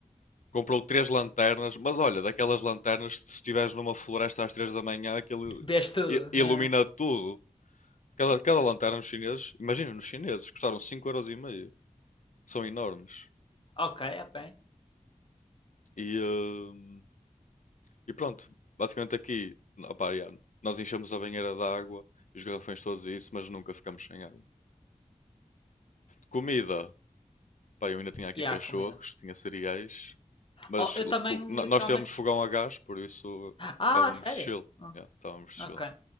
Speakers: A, on the left (about 75°); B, on the left (about 45°).
A: Comprou três lanternas, mas olha, daquelas lanternas, se estiveres numa floresta às três da manhã, aquilo
B: Vês tudo,
A: i- ilumina
B: yeah.
A: tudo. Cada, cada lanterna nos chineses, imagina, nos chineses, custaram cinco euros e meio São enormes.
B: Ok, ok.
A: E, hum, e pronto, basicamente aqui, opá, já, nós enchemos a banheira de água e os garrafões todos e isso, mas nunca ficamos sem água. Comida, pá, eu ainda tinha aqui
B: E yeah,
A: cachorros,
B: a comida.
A: tinha cereais, mas
B: Oh, eu também
A: co- no-
B: literalmente.
A: nós temos fogão a gás, por isso
B: Ah,
A: estávamos
B: sério?
A: chill.
B: Ah,
A: já, estávamos chill.
B: ok.